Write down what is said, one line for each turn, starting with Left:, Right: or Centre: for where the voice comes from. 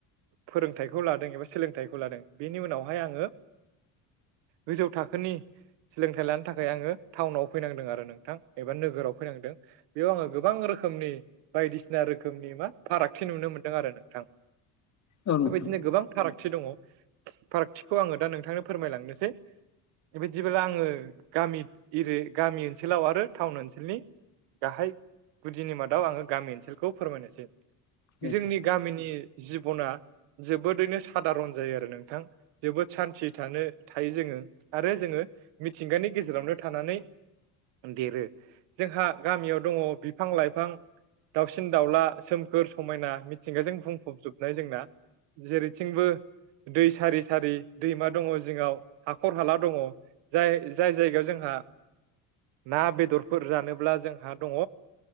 Right: फोरोंथाइखौ लादों एबा सोलोंथाइखौ लादों बेनि उनावहाय आङो गोजौ थाखोनि सोलोंथाइ लानो थाखाय आङो टाउनाव फैनांदों आरो नोंथां एबा नोगोराव फैनांदों। बेयाव आङो गोबां रोखोमनि बायदिसिना रोखोमनि मा फारागथि नुनो मोनदों आरो नोंथां।
Left: औ नोंथां
Right: बेबायदिनो गोबां फारागथि दङ, फारागथिखौ आङो दा नोंथांनो फोरमायलांनोसै। बेबायदिब्ला आङो गामि इरि गामि ओनसोलाव आरो टाउन ओनसोलनि गाहाय गुदिनि मा दाव आङो गामि ओनसोलखौ फोरमायनोसै।
Left: दे
Right: जोंनि गामिनि जिबना जोबोद रैनो सादारन जायो आरो नोंथां। जोबोद सान्थि थानो थायो जोङो आरो जोङो मिथिंगानि गेजेरावनो थानानै देरो जोंहा गामियाव दङ बिफां-लाइफां दाउसिन-दाउला सोमखोर समायना मिथिंगाजों बुंफबजोबनाय जोंना। जेरैथिंबो दै सारि-सारि दैमा दङ जिङाव हाखर- हाला दङ जाय जाय जायगायाव जोंहा ना बेदरफोर जानोब्ला जों हा दङ